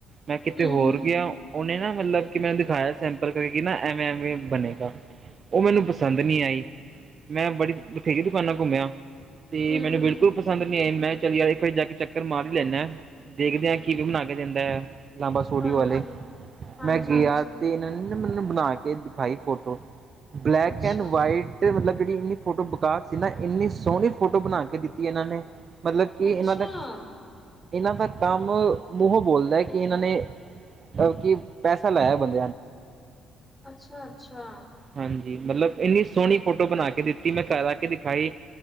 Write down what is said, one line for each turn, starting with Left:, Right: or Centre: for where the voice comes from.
Right: ਮੈਂ ਕਿਤੇ
Centre: ਹੂੰ-ਹੂੰ,
Right: ਹੋਰ ਗੇਆਂ, ਓਨੇ ਨਾ ਮਲਬ ਕਿ ਮੈਂਨ ਦਿਖਾਏਆ ਸੈਂਪਲ ਕਰਕੇ ਨਾ ਕੀ ਐਵੇਂ, ਐਵੇ ਬਨੇਗਾ। ਓ ਮੈਨੂੰ ਪਸੰਦ ਨਈ ਆਈ, ਮੈਂ ਬੜੀ ਬਥੇਰੀ ਦੁਕਾਨਾਂ ਘੁੰਮੇਆ ਤੇ
Centre: ਹੂੰ-ਹੂੰ।
Right: ਮੈਨੂੰ ਬਿਲਕੁਲ ਪਸੰਦ ਨੀ ਆਈ, ਮੈਂ ਚੱਲ ਯਾਰ ਇੱਕ ਵਾਰੀ ਜਾ ਕੇ ਚੱਕਰ ਮਾਰ ਈ ਲੈਨੇ ਆ। ਦੇਖਦੇ ਆਂ ਕੀ-ਕੀ ਬਣਾ ਕੇ ਦਿੰਦੈ ਲਾਂਬਾ ਸਟੂਡੀਓ
Centre: ਹਾਂਜੀ,
Right: ਵਾਲੇ,
Centre: ਹਾਂਜੀ-ਹਾਂਜੀ,
Right: ਮੈਂ ਗਿਆ ਤੇ ਇਹਨਾਂ ਨ ਮੈਨੂੰ ਬਣਾ ਕੇ ਦਿਖਾਈ ਫੋਟੋ, ਬਲੈਕ
Centre: ਅੱਛਾ,
Right: ਐਂਡ ਵਾਈਟ। ਮਤਲਬ ਇੰਨੀ ਫੋਟੋ ਬਕਾਰ ਸੀ ਨਾ, ਇੰਨੀ ਸੋਹਨੀ ਫੋਟੋ ਬਨਾ ਕੇ ਦਿੱਤੀ ਇਹਨਾਂ ਨੇ। ਮਤਲਬ ਕਿ
Centre: ਅੱਛਾ।
Right: ਇਨਾਂ ਤੱਕ। ਇਹਨਾਂ ਦਾ ਕੰਮ ਮੂੰਹੋਂ ਬੋਲਦਾ ਹੈ ਕਿ ਇਹਨਾਂ ਨੇ, ਅਹ ਕਿ ਪੈਸਾ ਲਾਇਆ ਬੰਦਾ
Centre: ਅੱਛਾ-ਅੱਛਾ।
Right: ਹਾਂਜੀ, ਮਤਲਬ ਇੰਨੀ ਸੋਣੀ ਫੋਟੋ ਬਨਾ ਕੇ ਦਿੱਤੀ, ਮੈਂ ਘਰ ਆ ਕੇ ਦਿਖਾਈ।